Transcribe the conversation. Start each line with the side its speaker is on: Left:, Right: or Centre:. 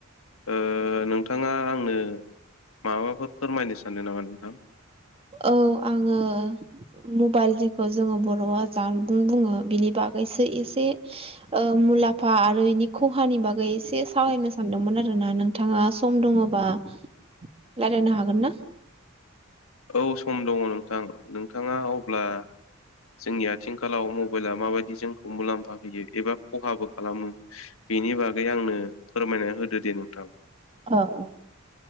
Left: ओ नोंथाङा आंनो माबाफोर फोरमायनो सानदों नामा नोंथां?
Right: औ आङो मबाइल जेखौ जोङो बर'आ जानबुं बुङो बिनि बागैसो इसे ओ मुलामफा आरो इनि ख'हानि बागै इसे सावरायनो सानदोंमोन आरो ना नों नोंथाङा सम दङ'बा रायलायनो हागोन ना?
Left: औ सम दङ' नोंथां नोंथाङा अब्ला जोंनि आथिंखालाव मबाइला माबायदि जोंखौ मुलामफा होयो एबा खहाबो खालामो बेनि बागै आंनो फोरमायना होदो दे नोंथां
Right: अ अ